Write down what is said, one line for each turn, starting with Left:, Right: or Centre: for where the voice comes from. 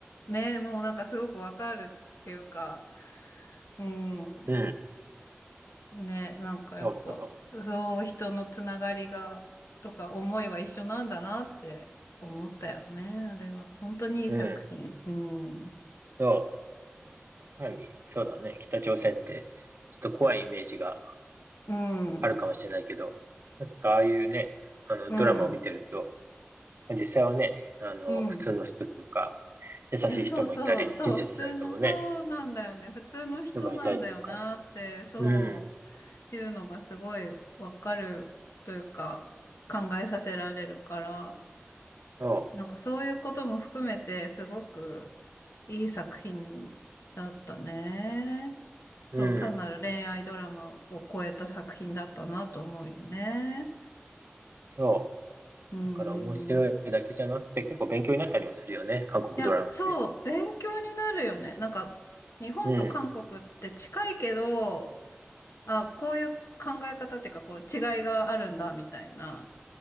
Left: ね、もうなんかすごくわかるっていうか、うん。
Right: うん、
Left: ね、なんかやっぱ、
Right: そうそ
Left: そう、人のつながりが、とか思いは一緒なんだなって思ったよね、あれは。本当にいい作品。
Right: う。うん、
Left: うん。
Right: そう。単に、そうだね、北朝鮮ってちょっと怖いイメージが
Left: うん。
Right: あるかもしれないけど、なんかああいうね、あの、
Left: うん。
Right: ドラマを見てると、実際はね、あの、
Left: うん。
Right: 普通の人というか、優しい人もいたり、
Left: いや、そうそう、そう、
Right: 親切な人もね、
Left: 普通の、そうなんだよね。普通の人なんだよなって、
Right: 人がいたりするから。
Left: そ
Right: うん、
Left: ういうのがすごいわかるというか、考えさせられるから、
Right: そ
Left: なんかそういうことも含めて、すごくいい作品だったね。そう、
Right: う、うん、
Left: 単なる恋愛ドラマを超えた作品だったなと思うよね。
Right: そ
Left: うんうんうん。
Right: う。だから面白いだけじゃなくて、結構勉強になったりもするよね、韓国ドラマって。
Left: いや、そう、勉強になるよね。なんか、日本と韓国って近いけど、
Right: うん、
Left: あ、こういう考え方っていうか、こう違いがあるんだ、みたいな。